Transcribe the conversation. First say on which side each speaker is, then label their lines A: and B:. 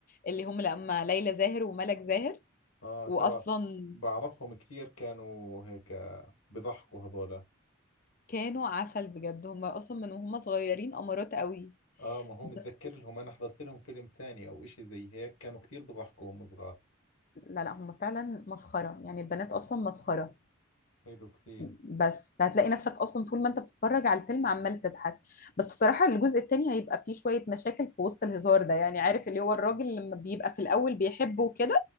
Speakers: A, on the left; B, on the left.
A: اللي هم لما ليلى زاهر وملك زاهر
B: آه
A: واصلا
B: ترى بعرفهم كثير كانوا هيك بضحكوا هذولا
A: كانوا عسل بجد هم اصلا من وهم صغيرين امارات قوي
B: آه ما هو
A: بس
B: متذكر لهم أنا حضرت لهم فيلم ثاني أو إشي زي هيك كانوا كثير بضحكوا هم صغار
A: لا لا هم فعلا مسخره يعني البنات اصلا مسخره
B: حلو كثير
A: بس فهتلاقي نفسك اصلا طول ما انت بتتفرج على الفيلم عمال تضحك بس الصراحه الجزء التاني هيبقى فيه شويه مشاكل في وسط الهزار ده يعني عارف اللي هو الراجل لما بيبقى في الاول بيحبه وكده